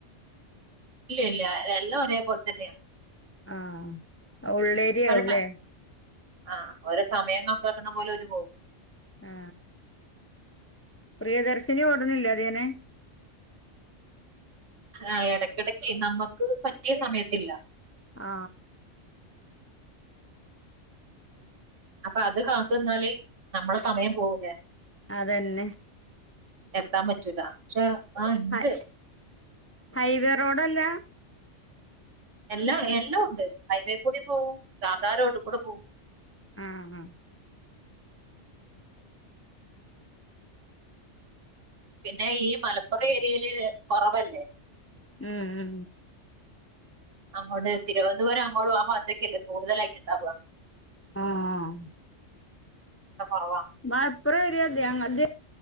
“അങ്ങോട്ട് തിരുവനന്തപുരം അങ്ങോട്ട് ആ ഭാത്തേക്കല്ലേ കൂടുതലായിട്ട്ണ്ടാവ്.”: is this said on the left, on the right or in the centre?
Right